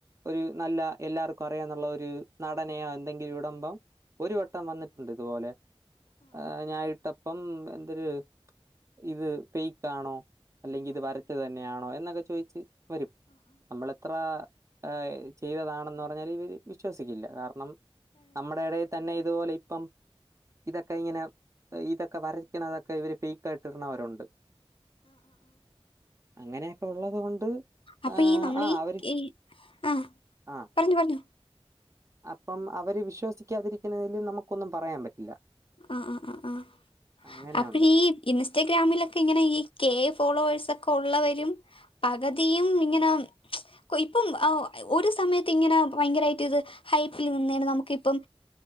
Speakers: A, on the right; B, on the left.
A: ഒരു നല്ല എല്ലാർക്കും അറിയാന്നൊള്ള ഒര് നടനെയോ എന്തെങ്കിലിടുമ്പം ഒരു വട്ടം വന്നിട്ടുണ്ട് ത്പോലെ ഏഹ് ഞാൻ ഇ അപ്പം എന്തൊര് ഇത് പെയ്ക്കാണോ അല്ലെങ്കി ഇത് വരച്ചതെന്ന്യാണോ എന്നൊക്കെ ചോയ്ച്ച് വരും നമ്മൾ എത്ര എഹ് ചെയ്തതാണെന്ന് പറഞ്ഞാലും ഇവര് വിശ്വസിക്കില്ല കാർ നമ്മടെ എടയി തന്നെ ഇതുപോലെ പ്പം ഇതൊക്കെ ഇങ്ങനെ ഇതൊക്കെ വരയ്ക്കണതൊക്കെ ഇവര് ഫേക്കായിട്ട് ഇര്ണവരുണ്ട്. അങ്ങനെയെക്കെ ഉള്ളത് കൊണ്ട്
B: അപ്പൊ
A: ആഹ്
B: ഈ നമ്മൾ
A: ആ
B: ഈ
A: അവര്
B: ഈ- ആ
A: ആഹ്
B: പറഞ്ഞു പറഞ്ഞു
A: അപ്പം അവര് വിശ്വസിക്കാതിരിക്കുന്നതിലും നമുക്കൊന്നും പറയാം പറ്റില്ല.
B: ആഹ് ആഹ് ആഹ് ആ
A: അങ്ങനെയുണ്ട്
B: അപ്പഴീ ഇൻസ്റ്റഗ്രാമിലൊക്കെ ഇങ്ങനെ ഈ കെ ഫോളോവേഴ്സ് ക്ക ഒള്ളവരും പകുതിയും ഇങ്ങനെ ഇപ്പം ഒരു സമയത്ത് ഇങ്ങനെ ഭയങ്കരായിട്ട് ഇത് ഹൈപ്പിൽ നിന്നാണ് നമുക്ക് ഇപ്പം